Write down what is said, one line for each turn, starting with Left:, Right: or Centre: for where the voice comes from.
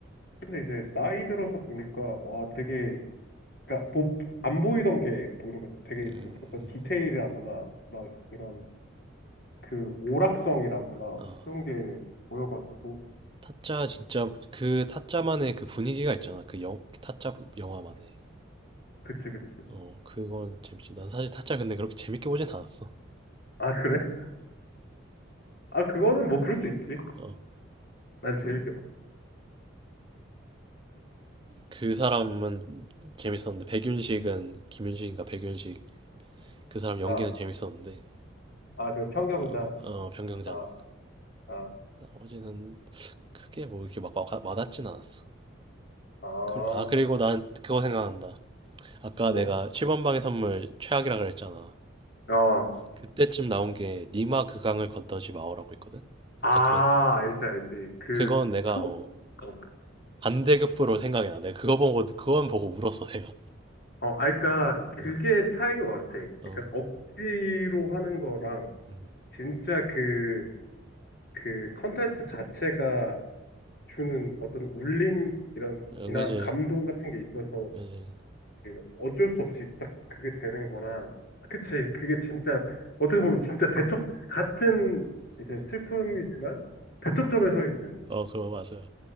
Left: 근데 이제 나이 들어서 보니까 와 되게 그러니까 보- 안 보이던 게 보이는 거지. 되게
Right: 음,
Left: 어떤 디테일이라거나 막 이런 그 오락성이라거나
Right: 어.
Left: 그런 게 보여가지고
Right: 타짜, 진짜, 그 타짜만의 그 분위기가 있잖아. 그 영, 타짜 영화만의.
Left: 그치 그치.
Right: 어, 그건 재밌지. 난 사실 타짜 근데 그렇게 재밌게 보진 않았어.
Left: 아 그래? 아 그거는 뭐 그럴 수 있지.
Right: 어.
Left: 난 재밌게 봐.
Right: 그 사람은 재밌었는데 백윤식은 김윤식인가 백윤식 그 사람 연기는
Left: 아,
Right: 재밌었는데
Left: 아, 그 평경자.
Right: 어, 어, 변경장
Left: 아, 아,
Right: 나머지는 크게 뭐 이렇게 막 와, 와닿진 않았어.
Left: 아,
Right: 그, 아 그리고 난 그거 생각난다. 아까
Left: 뭐?
Right: 내가 7번 방의 선물 최악이라 그랬잖아.
Left: 어,
Right: 그때쯤 나온 게 니마 그강을 건너지 마오라고 있거든.
Left: 아,
Right: 다큐멘터리.
Left: 알지, 알지. 그,
Right: 그건 내가
Left: 소,
Right: 어,
Left: 어,
Right: 반대급부로 생각이 나. 내가 그거 보고 그건 보고 울었어 내가.
Left: 어, 아, 그니까, 그게
Right: 어,
Left: 차이인 것 같아.
Right: 어,
Left: 그니까, 억지로 하는 거랑,
Right: 음,
Left: 진짜 그, 그 컨텐츠 자체가 주는 어떤 울림, 이런,
Right: 응,
Left: 이나
Right: 그지,
Left: 감동 같은 게 있어서,
Right: 그지.
Left: 그 어쩔 수 없이 딱 그게 되는 거라 아, 그치 그게 진짜 어떻게 보면 진짜 대척 같은 이제 슬픔이지만 대척점에 서 있는
Right: 어, 그거 맞아.